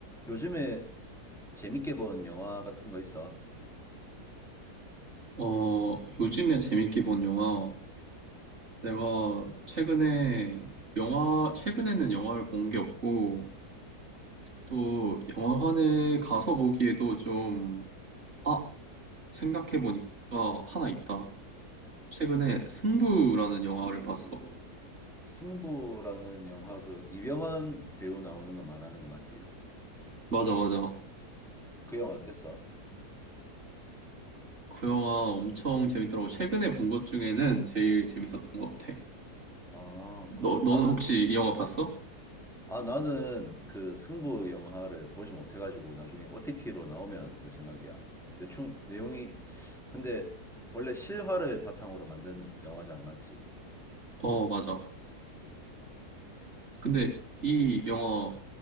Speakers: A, in the centre; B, on the right (about 45°).
A: 요즘에 재밌게 본 영화 같은 거 있어?
B: 어, 요즘에 재밌게 본 영화, 내가 최근에 영화, 최근에는 영화를 본 게 없고, 또 영화관에 가서 보기에도 좀, 아, 생각해보니까 하나 있다. 최근에 승부라는 영화를 봤어.
A: 승부라는 영화 그 이병헌 배우 나오는 거 말하는 거 맞지?
B: 맞아, 맞아.
A: 그 영화 어땠어?
B: 그 영화 엄청 재밌더라고. 최근에 본 것 중에는 제일 재밌었던 것 같아.
A: 아,
B: 너,
A: 그
B: 넌
A: 나는
B: 혹시 이 영화 봤어?
A: 아 나는 그 승부 영화를 보지 못해 가지고 나중에 OTT로 나오면 볼 생각이야. 대충 내용이 근데 원래 실화를 바탕으로 만든 영화잖아, 맞지?
B: 어, 맞아. 근데 이 영화